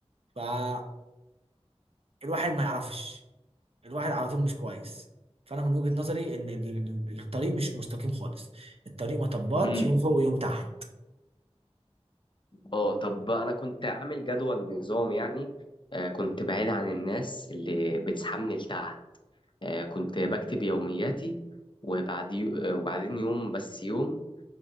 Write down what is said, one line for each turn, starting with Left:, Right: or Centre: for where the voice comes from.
Right: فالواحد ما يعرفش الواحد على طول مش كويس فانا من وجهة نظري ان ال- الطريق مش مستقيم خالص الطريق مطبات
Left: امم
Right: يوم فوق ويوم تحت
Left: اه طب بقى انا كنت عامل جدول نظام يعني آه، كنت بعيد عن الناس اللي بتسحبني لتحت آه، كنت بكتب يومياتي وبعد يو- آه، وبعدين يوم بس يوم